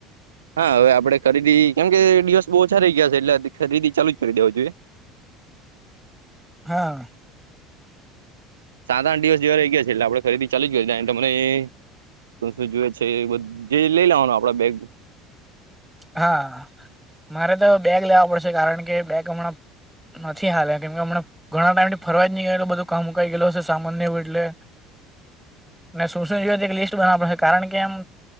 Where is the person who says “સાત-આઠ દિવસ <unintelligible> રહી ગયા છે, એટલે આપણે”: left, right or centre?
Right